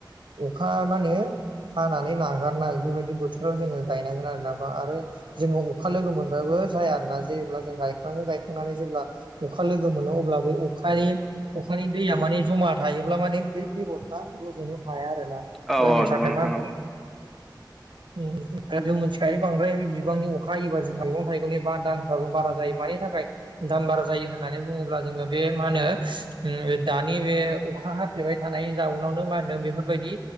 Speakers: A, on the right; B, in the centre.
A: अखा मा होनो हानानै नागारनाय बेबायदि बोथोराव जोङो गायनांगोन आरो ना बा आरो जोङो अखा लोगो मोनबाबो जाया आरो ना जेब्ला जों गायखाङो गायखांनानै जेब्ला अखा लोगो मोनो अब्ला ब अखानि अखानि दैया माने जमा थायोब्ला माने बे बेगर रुजुनो हाया आरोना
B: औ
A: जायनि
B: औ नंगौ
A: थाखाय
B: नोंथां
A: मा होनो
B: औ
A: म जों मिथिखायो बांद्राय बिबांनि अखा हायोबा जों मैगं थाइगंनि बा दान बारा जायो मानि थाखाय दाम बारा जायो होन होननानै बुङोब्ला जोङो बे मा होनो दानि बे अखा हाफ्लेबाय थानायनि जाउनावनो मा होन बे बेफोरबायदि